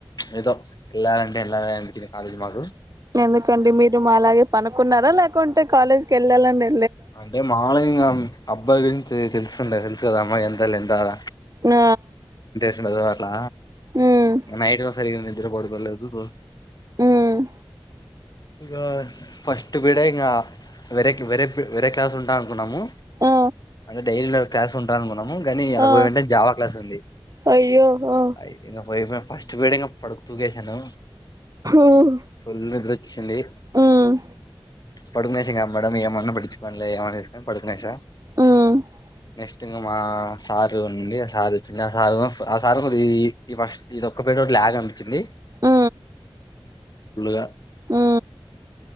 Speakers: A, on the left; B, on the right.
A: ఏదో వెళ్ళాలంటే వెళ్ళాలా అ కాలేజ మాకు
B: ఎందుకండి మీరు మాలాగే పనుకున్నారా లేకుంటే కాలేజ్కి వెళ్ళాలనీ
A: అంటే మామూలుగా ఇంగ అబ్బాయిలా గురించి తెలుసు తెల్సు కదమ్మా ఎంత ఎంతాల
B: ఆ
A: డదు అట్లా
B: ఉమ్
A: నైట్ వ సరిగాంది ఇద్దరు పడుకోలేదు రోజు
B: ఉమ్
A: ఇ ఫస్ట్ పీరియడ్ ఇకా వెరకి వెర వేరే క్లాస్ ఉంటాం అనుకున్నాము
B: ఆ
A: అ డైలీ న క్లాస్ ఉంటాల మ కానీ ఎనబై
B: ఆ
A: గంట జావా క్లాస్ ఉంది
B: అయ్యో ఆ
A: అ పో ఫస్ట్ పోయినంక పడుకు తూగేశాను
B: ఉమ్
A: ఫుల్ నిద్ర వచ్చింది
B: ఉమ్
A: పడుకునే సంగ మేడం ఏమన్నా పట్టించుకోలే కలే ఏమని చెప్పని అని పడుకునేశా
B: ఉమ్
A: అ మా సార్ ఉంది ఆ సార్ వచ్చింది ఆ సార్ ఆ సార్ది ఫస్ట్ ఇది ఒక్క పేట ఒక లాగ్ అనిపచ్చింది
B: ఆ
A: గా
B: ఆ